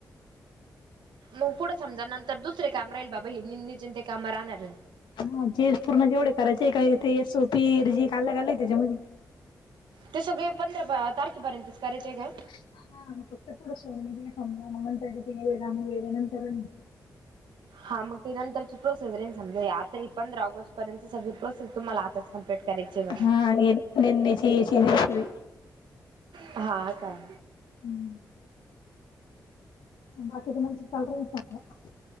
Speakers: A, on the right; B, on the left.
A: मग पुढं समजा नंतर दुसरे काम राहील बाबा हे निम्मे चिंदे ते काम राहणार नाही.
B: हा जे पूर्ण जेवढे करायचे काय ते एस ओ पीर जे खाल्ला खाल्लाय त्याच्या मध्ये.
A: ते सगळे पंधरा बा तारखेपर्यंतच करायचे का.
B: <unintelligible>
A: हा मग ते नंतरची प्रोसेस रे समजा आता हे पंधरा ऑगस्ट पर्यंतची सगळी प्रोसेस तुम्हाला आताच‌ कम् पेट करायची ब
B: हा हे <unintelligible> सगळी
A: हा काय
B: हम्म बाकी तुमाचं चालू राहील समजा